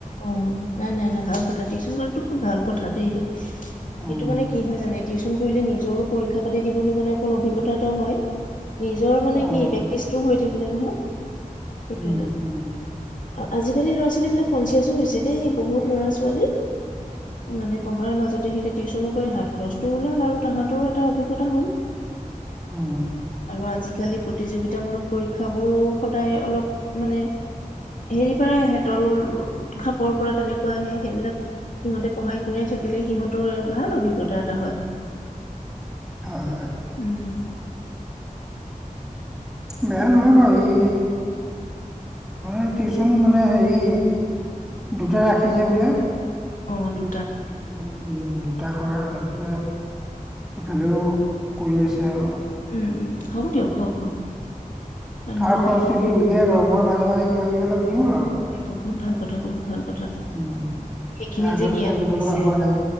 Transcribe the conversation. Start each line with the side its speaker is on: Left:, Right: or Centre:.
Left: অ', নাই নাই-নাই ভাল কথা, টিউশচন কৰাটো খুব ভাল কথা দেই।
Centre: উম,
Left: এইটো মানে কি হয় জানে টিউ কৰিলে নিজৰো পৰীক্ষা পাতি দিবলৈ মানে অকণ অভিজ্ঞতা এটাও হয়। নিজৰ মানে
Centre: অ'
Left: কি প্ৰেক্টিছটো হৈ থাক <unintelligible> সেইটো
Centre: উম,
Left: এটা।
Centre: উম,
Left: অ', আজিকালি ল'ৰা ছোৱালী বিলাক কনচিয়াছো হৈছে দেই বহুত ল'ৰা ছোৱালী মানে পঢ়াৰ মাজতে সিহঁতে টিউচনো কৰে হাত খৰচটোও ওলাল আৰু তাহাঁতৰো এটা অভিজ্ঞতা হ'ল।
Centre: উম।
Left: আৰু আজিকালি প্ৰতিযোগিতামূলক পৰীক্ষাবোৰো সদায় অলপ মানে হেৰি পাৰে হেতল খাপৰ পৰা তেনেকুৱা আহে, সেইবিলাক সিহঁতে পঢ়াই শুনাই থাকিলে সিহঁতৰ ভাল অভিজ্ঞতা এটা হয়।
Centre: হয়- হয়।
Left: উম,
Centre: বেয়া
Left: তাক
Centre: নহয় বাৰু সি <unintelligible> টিউচন মানে হেৰি দুটা ৰাখিছে বোলে।
Left: অ' দু
Centre: উম, তা কৰে তাৰপিছতে ইফালেও কৰি আছে আৰু।
Left: উম- উম হ'ব দিয়ক, হওক- হওক। মানুহৰ
Centre: তাৰ খৰচটো
Left: অভিনয়
Centre: সি উলিয়াই লয়, মই মাজে- মাজে কিবা কিবি অলপ দিওঁ আৰু।
Left: <inaudible> বহুত ভাল কথা বহু ভাল কথা,
Centre: উম,
Left: সেইখিনি
Centre: তে আগৰ
Left: যে জ্ঞান
Centre: নিচিনা দিব
Left: হৈছে,
Centre: লগা হোৱা নাই